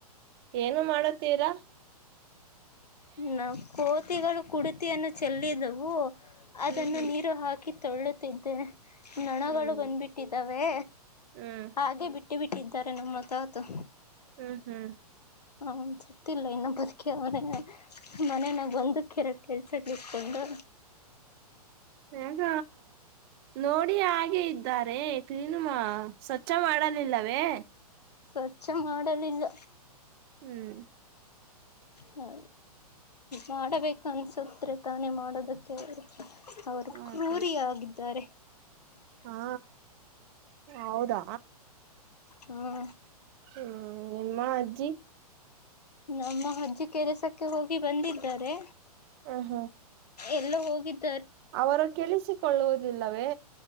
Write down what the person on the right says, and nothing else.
ಏನು ಮಾಡತೀರಾ
ಹ್ಮ್ ಹ್ಮ್
ಹ್ಮ್
ಹ್ಮ್
ಹ್ಮ್ ಹ್ಮ್
ಯಗ ನೋಡಿ ಹಾಗೆ ಇದ್ದ ದ್ದಾರೆ ಕ್ಲೀನು ಮಾ ಸ್ವಚ್ ಮಾಡಲಿಲ್ಲವೇ
ಹ್ಮ್
ಹ
ಹಾ
ಹಾ ಹೌದಾ
ಹ್ಮ್ ನಿಮ್ಮ ಅಜ್ಜಿ
ಹ ಹ್ಮ್
ಅವರು ಕೇಳಿಸಿಕೊಳ್ಳುವುದಿಲ್ಲವೇ